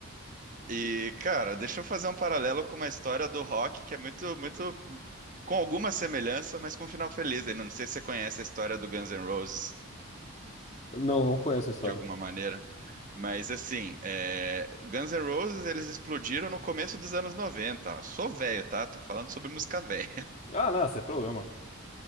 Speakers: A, on the right; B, on the left.
A: E, cara, deixa eu fazer um paralelo com uma história do rock que é muito, muito com alguma semelhança, mas com um final feliz. Eu não sei se você conhece a história do Guns N' Roses
B: Não, não conheço a história.
A: de alguma maneira, mas assim, é... o Guns N' Roses eles explodiram no começo dos anos 90. Sou velho, tá? Tô falando sobre música velha.
B: Ah, não, sem problema.